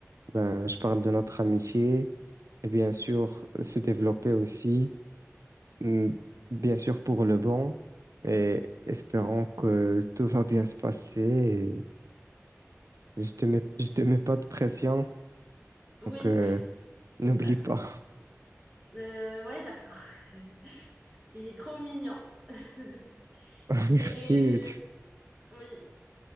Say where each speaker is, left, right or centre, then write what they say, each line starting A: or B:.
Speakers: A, on the right; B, on the right.
A: Ben, je parle de notre amitié et bien sûr se développer aussi. Mm, Bien sûr pour le bon et espérons que tout va bien se passer. et je te mets, je te mets pas de pression,
B: Oui,
A: donc euh,
B: <laughs>
A: n'oublie
B: d'accord.
A: pas.
B: Euh, ouais, d'accord. <laughs> T'es trop mignon. <laughs>
A: <laughs>
B: Mais
A: Merci.
B: euh, oui,